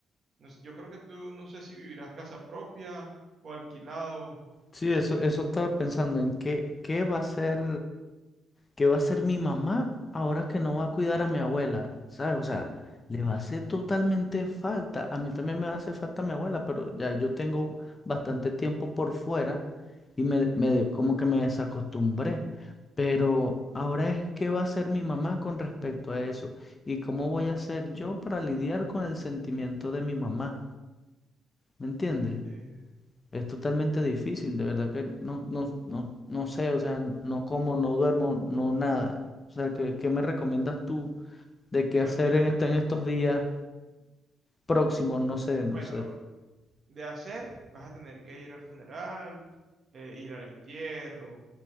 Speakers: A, on the right; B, on the left.
A: No sé, yo creo que tú no sé si vivirás casa propia o alquilado.
B: sí, eso, eso estaba pensando en qué, qué va a ser, qué va a hacer mi mamá ahora que no va a cuidar a mi abuela, ¿sabes? O sea, le va a hacer totalmente falta. A mí también me va a hacer falta mi abuela, pero ya yo tengo bastante tiempo por fuera y me, me como que me desacostumbré. Pero ahora es qué va a hacer mi mamá con respecto a eso y cómo voy a hacer yo para lidiar con el sentimiento de mi mamá. ¿Me entiendes?
A: eh,
B: Es totalmente difícil, de verdad que no, no, no, no sé, o sea, no como, no duermo, no nada. O sea, ¿qué, qué me recomiendas tú de qué
A: ima-
B: hacer
A: imagina-
B: en este, en estos días próximos? No sé, no
A: bueno,
B: sé.
A: de hacer, vas a tener que ir al funeral, eh, ir al entierro,